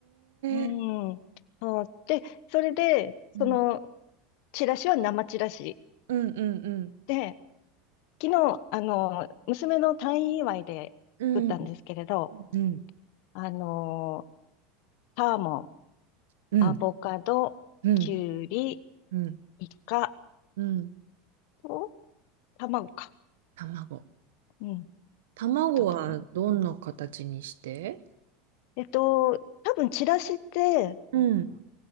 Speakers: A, on the left; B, on the right.
A: う
B: え、
A: ん。そう。で、それで、その、
B: うん、
A: チラシは生チラシ。
B: うん、うん、うん、
A: で、昨日、あの、娘の退院祝いで作ったんですけれど、
B: うん、うん。
A: あの、サーモン、
B: うん
A: アボカド、
B: うん、
A: キュウリ、
B: うん、
A: イカ
B: うん。
A: と、卵か。
B: 卵。
A: うん、
B: 卵はどんな形にして
A: 作ったったかな。えっと、多分チラシって、
B: うん。